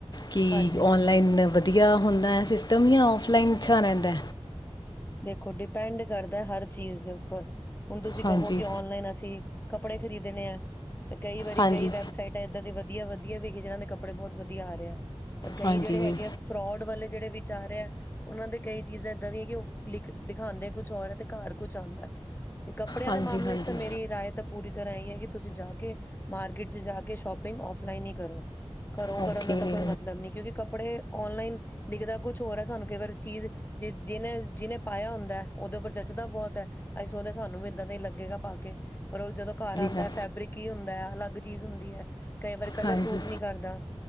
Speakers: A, on the left; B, on the left.
A: ਕਿ
B: ਹਾਂਜੀ-ਹਾਂਜੀ।
A: ਔਨਲਾਈਨ ਵਧੀਆ ਹੁਣ ਦ ਸਿਸਟਮ ਹੀ ਆ ਔਫਲਾਈਨ ਅੱਛਾ ਲਹਿੰਦਾ
B: ਦੇਖੋ ਡਿਪੈਂਡ ਕਰਦਾ ਹਰ ਚੀਜ਼ ਦੇ ਉੱਪਰ ਹੁਣ ਤੁਸੀਂ
A: ਹਾਂਜੀ
B: ਕਹੋ ਕਿ ਔਨਲਾਈਨ ਅਸੀਂ ਕੱਪੜੇ ਖਰੀਦਣੇ ਆ ਕੱਪੜੇ ਤੇ ਕਈ ਵਾਰੀ
A: ਹਾਂਜੀ
B: ਕਈ ਵੈੱਬਸਾਈਟਾਂ ਇੱਦਾਂ ਦੀ ਵਧੀਆ ਵਧੀਆ ਵੀ ਜਿਹਨਾਂ ਦੇ ਕੱਪੜੇ ਬਹੁਤ ਵਧੀਆ ਆ ਰਿ ਆ ਪਰ ਕਈ
A: ਹਾਂਜੀ
B: ਜਿਹੜੇ ਹੈਗੇ ਆ ਫਰੋਡ ਵਾਲੇ ਜਿਹੜੇ ਵਿਚਾਰ ਆ ਉਹਨਾਂ ਦੇ ਕਈ ਚੀਜ਼ਾਂ ਇਦਾਂ ਦੀਆਂ ਕਿ ਲਿਖ ਦਿਖਾਉਂਦੇ ਕੁਛ ਹੋਰ ਹੈ ਤੇ ਘਰ ਕੁਛ ਆਉਂਦਾ ਤੇ ਕੱਪੜਿਆਂ
A: ਹਾਂਜੀ
B: ਦੇ ਮਾਮਲੇ
A: ਹਾਂਜੀ
B: ਚ ਤਾਂ ਮੇਰੀ ਰਾਏ ਤਾਂ ਪੂਰੀ ਤਰ੍ਹਾਂ ਹੀ ਹੈ ਕਿ ਤੁਸੀਂ ਜਾ ਕੇ ਮਾਰਕੀਟ ਚ ਜਾ ਕੇ ਸ਼ੋਪਿੰਗ ਆਫਲਾਈਨ ਹੀ ਕਰੋ ਘਰੋਂ
A: ਓਕੇ
B: ਕਰਨ ਦਾ
A: ਹਾਂਜੀ
B: ਤਾਂ ਕੋਈ ਮਤਲਬ ਨਹੀਂ ਕਿਉਂਕਿ ਕੱਪੜੇ ਔਨਲਾਈਨ ਦਿੱਖਦਾ ਕੁਛ ਹੋਰ ਹੈ ਸਾਨੂੰ ਕਈ ਵਾਰ ਚੀਜ਼ ਜੇ ਜਿਹਨੇ ਜਿਹਨੇ ਪਾਇਆ ਹੁੰਦਾ ਉਹਦੇ ਉੱਪਰ ਜੱਚਦਾ ਬਹੁਤ ਹੈ ਅਸੀਂ ਸੋਦੇ ਸਾਨੂੰ ਵੀ ਇਦਾਂ ਦਾ ਹੀ ਲੱਗੇਗਾ ਪਾ ਕੇ ਪਰ ਉਹ ਜਦੋਂ ਘਰ ਆਉਂਦਾ
A: ਹਾਂ-
B: ਹੈ ਫੈਬਰਿਕ ਹੀ ਹੁੰਦਾ ਹੈ ਅਲੱਗ ਚੀਜ਼ ਹੁੰਦੀ ਹੈ ਕਈ ਵਾਰੀ ਕਲਰ
A: ਹਾਂਜੀ
B: ਸੂਟ ਨਹੀਂ ਕਰਦਾ